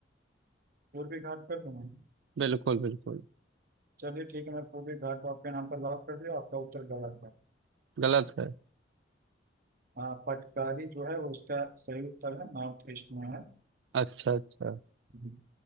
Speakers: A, on the right; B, on the right.
A: पूर्वी घाट कर दूं मैं?
B: बिल्कुल बिल्कुल
A: चलिए ठीक है मैं पूर्वी घाट को आपके नाम पर लॉक कर दिया आपका उत्तर गलत है
B: गलत है
A: हाँ पटकारी जो है वो इसका सही उत्तर है नॉर्थ ईस्ट में है
B: अच्छा अच्छा
A: हम्म।